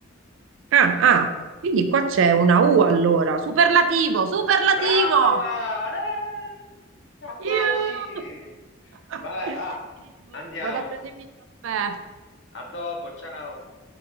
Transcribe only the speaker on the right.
Ah, ah, quindi qua c'è una U allora. Superlativo, superlativo!
Iuh! <laughs>
Sì,
Vado a prendermi il caffè.